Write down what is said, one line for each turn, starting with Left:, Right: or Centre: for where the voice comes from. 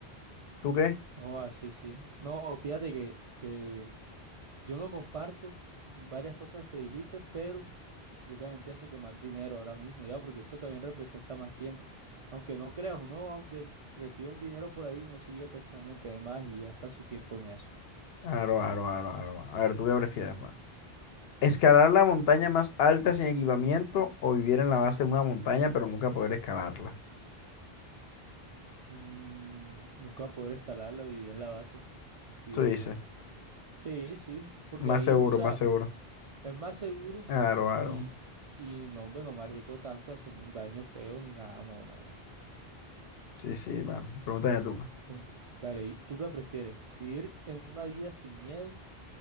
Left: ¿Tú qué?
Right: No, así, sí. sí. No, fíjate que, que yo no comparto varias cosas que dijiste, pero yo también pienso que más dinero ahora mismo, ya, porque eso también representa más tiempo. Aunque no creas, uno, aunque reciba un dinero por ahí, uno sigue pensando en tener más y gasta su tiempo en eso.
Left: Aro, aro, aro, aro, mano. A ver, ¿tú qué prefieres, mano? ¿Escalar la montaña más alta sin equipamiento o vivir en la base de una montaña pero nunca poder escalarla?
Right: Mm, nunca poder escalar la viví en la base, digo
Left: Tú dices,
Right: yo. Sí, sí, porque
Left: más
Right: ahí,
Left: seguro,
Right: o sea,
Left: más seguro.
Right: es más seguro
Left: Aro, aro.
Right: y, y no, hombre, no me arriesgo tanto a hacerme un daño feo ni nada, no, no, no.
Left: Sí, sí, mano. Pregúntame tú. pues.
Right: Sí. Dale, ¿y ¿tú qué prefieres? ¿Vivir en una vida sin miedo?